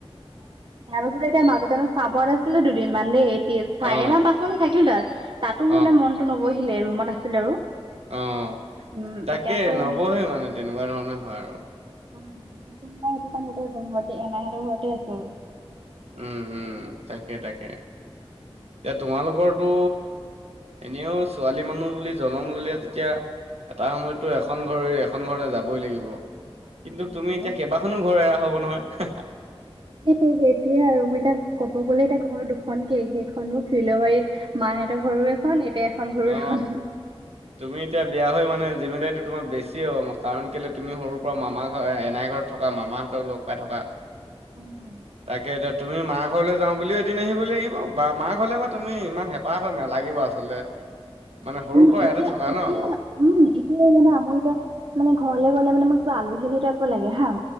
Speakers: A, on the right; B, on the right.
A: তাৰপাছত এতিয়া মাজতে মই চাপৰত নাছিলো দুদিনমান দেই এতিয়া চাৰি
B: অ
A: মাহ পাঁচ মান মাহ থাকিলো তাত। তাতো মোৰ
B: অ
A: মানে মনতটো নবহিলে ৰুমত আছিলে আৰু।
B: অ
A: উম
B: তাকে
A: এতিয়া আকৌ
B: নবহে
A: উম
B: মানে তেনেকুৱা ধৰণে হয় আৰু।
A: <unintelligible>
B: উম উম তাকে তাকে এতিয়া তোমালোকৰটো এনেও ছোৱালী মানুহ বুলি জনম ললি যেতিয়া এটা সময়তো এখন ঘৰ এৰি এখন ঘৰলৈ যাবই লাগিব।
A: হয়
B: কিন্তু
A: বাৰু
B: তুমি এতিয়া কেইবাখনো ঘৰ এৰা হ'ব নহয়
A: সেইটোয়ে আৰু মই এতিয়া ক'ব গ'লে এতিয়া ঘৰ দুখন কে সেইখনো ফৰিলবাৰী মাহঁতৰ ঘৰু এখন এতিয়া এখন ঘৰো
B: অ
A: এখন
B: তুমি এতিয়া বিয়া হৈ মানে জিমেদাৰী তোমাৰ বেছি হ'ব কাৰণ কেলে তুমি সৰুৰ পৰা মামা ঘৰ এনাই ঘৰত থকা মামাহঁতক লগ পাই থকা।
A: উম
B: তাকে এতিয়া তুমি মা ঘৰলৈ যাওঁ বুলিও এদিন আহিব লাগিব বা মা ঘৰলৈ বা তুমি ইমান হেঁপাহ নালাগিব আচলতে। মানে সৰুৰ
A: উম
B: পৰা
A: এতিয়া
B: ইয়াতে থকা
A: এতিয়া
B: ন'?
A: উম, এতিয় জানা মোৰ এতিয়া, মানে ঘৰলে গ'লে মানে মোৰ কিবা আলহী-আলহী টাইপৰ লাগে হা।